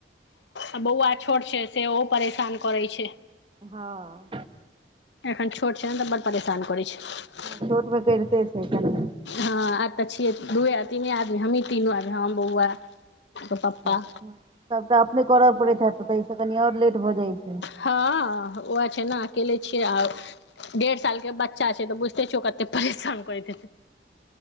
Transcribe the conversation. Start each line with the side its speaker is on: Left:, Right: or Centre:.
Left: आ बौआ छोट छै से ओ परेशान करै छै
Right: हँ
Left: एखन छोट छै न तऽ बड़ परेशान कर छै
Right: छोट में करिते छै कनि
Left: हँ आब तऽ छियै दूए तीने आदमी हमही तीनू आदमी हम बौआ ओकर
Right: अच्छा
Left: पप्पा
Right: त सबटा अपने करय पड़ैत ह त ताहिसँ कनि आओर लेट भऽ जाइत छै
Left: हँ उहे छै ने अकेले छियै आ डेढ़ साल के बच्चा छै तऽ बुझते छियो ओ कते परेशान करैत हेतै